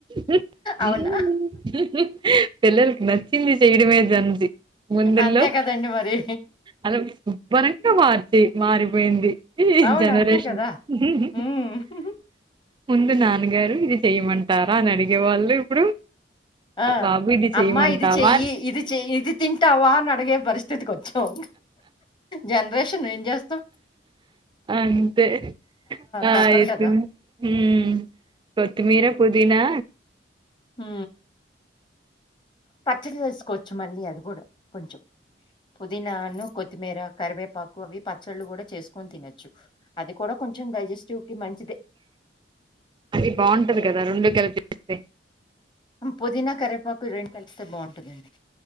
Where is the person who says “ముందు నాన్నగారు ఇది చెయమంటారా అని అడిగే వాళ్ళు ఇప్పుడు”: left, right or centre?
Right